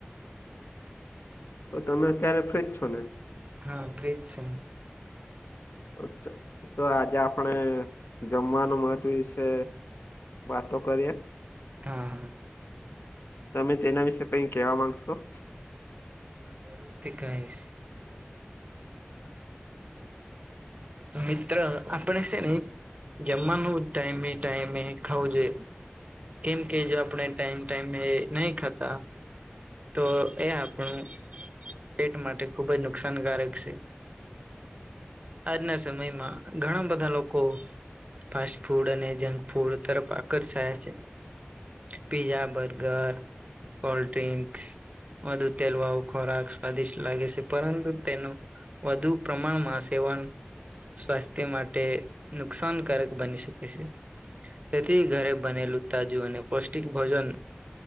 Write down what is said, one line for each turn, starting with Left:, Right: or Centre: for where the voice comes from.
Left: તો તમે અત્યારે ફ્રીજ છો ને.
Right: હા ફ્રી જ છે
Left: તો તો આજે આપણે જમવાનું મહત્વ વિશે વાતો કરીએ.
Right: હા હા.
Left: તમે તેના વિશે કઈ કહેવા માંગશો.
Right: હા જરૂરથી કહીશ. તો મિત્ર આપણે છે નને જમવાનું ટાઈમે ટાઈમે ખાવું જોઈએ. કેમ કે જો આપણે ટાઈમ ટાઈમ એ નહી ખાતા તો એ આપણું પેટ માટે ખુબ જ નુકસાનકારક છે. આજના સમયમાં ઘણા બધા લોકો ફાસ્ટ ફૂડ અને જંક ફૂડ તરફ આકર્ષયા છે. પીઝા બર્ગર કોલ્ડ ડ્રિંક્સ વધુ તેલવાવ ખોરાક સ્વાદિષ્ટ લાગે છે પરંતુ તેનું વધુ પ્રમાણમાં સેવન સ્વાસ્થ્ય માટે નુકસાનકારક બની શકે છે. તેથી ઘરે બનેલું તાજુ અને પૌષ્ટિક ભોજન